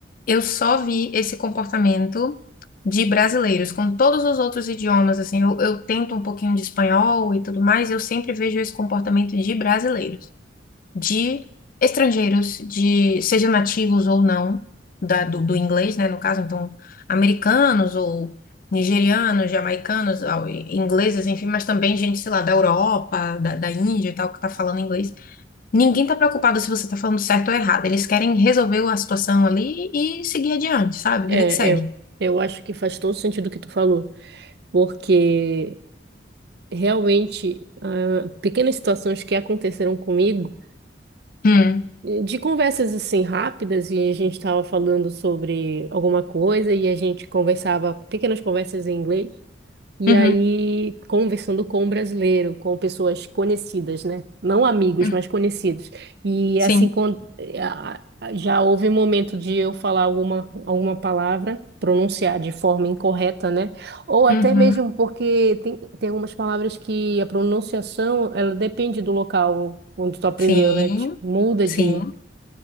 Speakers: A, on the left; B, on the right.
A: Eu só vi esse comportamento de brasileiros com todos os outros idiomas, assim, eu, eu tento um pouquinho de espanhol e tudo mais, eu sempre vejo esse comportamento de brasileiros de estrangeiros, de sejam nativos ou não da, do, do inglês, né? No caso, então, americanos ou nigerianos, jamaicanos, ah, e- ingleses, enfim, mas também gente, sei lá, da Europa, da, da Índia e tal, que tá falando inglês. Ninguém tá preocupado se você tá falando certo ou errado. Eles querem resolver a situação ali e seguir adiante, sabe?
B: É,
A: Vida que segue.
B: eu, eu acho que faz todo sentido o que tu falou, porque realmente, ah, pequenas situações que aconteceram comigo
A: Hum,
B: De conversas assim rápidas, e a gente estava falando sobre alguma coisa, e a gente conversava, pequenas conversas em inglês, e
A: uhum,
B: aí conversando com um brasileiro, com pessoas conhecidas, né? Não amigos,
A: uhum,
B: mas conhecidos. E
A: sim,
B: assim, quando, eh, a- a- já houve momento de eu falar alguma, alguma palavra, pronunciar de forma incorreta, né? Ou até
A: uhum,
B: mesmo porque tem, tem algumas palavras que a pronunciação, ela depende do local onde tu aprendeu,
A: sim,
B: né? Tipo, muda
A: sim.
B: de